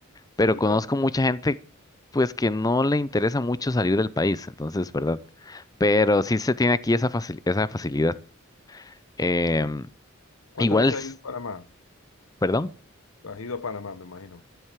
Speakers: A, on the left; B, on the left.
A: pero
B: brutal.
A: conozco mucha gente pues que no le interesa mucho salir del país, entonces, ¿verdad? Pero sí se tiene aquí esa facil- esa facilidad. Em,
B: Claro. ¿Cuántas
A: igual,
B: veces
A: s-
B: has ido a Panamá?
A: perdón,
B: Has ido a Panamá, me imagino.